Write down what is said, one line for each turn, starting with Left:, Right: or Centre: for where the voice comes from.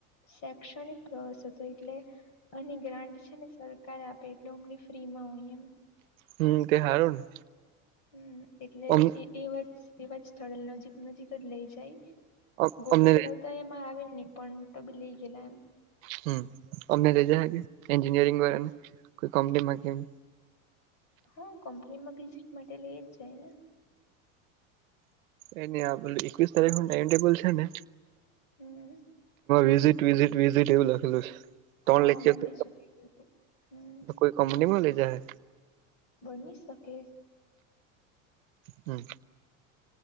Left: શૈક્ષણિક પ્રવાસ હતો એટલે. અને ગ્રાન્ટ છે ને સરકાર આપે એટલે અમને ફ્રી માં હોય એમ.
Right: હમ તે હારું ને
Left: હમ એટલે
Right: અમ
Left: એ એવા જ એવા જ સ્થળે નજીક નજીક જ લઇ જાય.
Right: અમ
Left: ગોપી
Right: અમને
Left: ચડાવતા એમાં આવે નહી પણ તો બી લઇ ગેલા એમ.
Right: હમ અમે લઈજ એન્જિનિયરિંગ વાળા ને કોઈ કંપની માં કેમ
Left: હા કંપની માં વિઝિટ માટે લઈ જ જાય ને.
Right: એ એકવીસ તારીખ નું ટાઈમટેબલ છે ને
Left: હમ
Right: વિઝીટ વિઝિટ. વિઝીટ એવું લખેલું છે, ત્રણ
Left: હા
Right: લેક્ચર
Left: મેં
Right: <unintelligible>
Left: બીજું હમ
Right: તો કોઈ કંપનીમાં લેજા હે.
Left: બની શકે.
Right: હમ.